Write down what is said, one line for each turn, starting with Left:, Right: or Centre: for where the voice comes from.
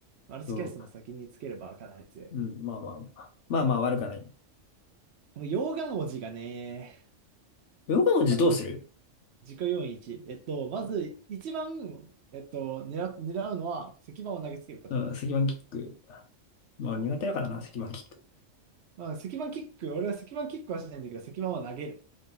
Right: マルチキャストの先につければかなり強い。
Left: ても。そう。うん、まあまあまあ。まあまあ悪くはない。
Right: もう溶岩王子がね、
Left: ヨガ文字どうする
Right: まず自己要因1。えっと、まず、一番、えっと、狙、狙うのは、石板を投げつけること。
Left: うん、石板キック。まあ苦手だからな、
Right: そう。
Left: 石板キック。
Right: まあ、石板キック、俺は石板キックはしないんだけど、石板は投げる。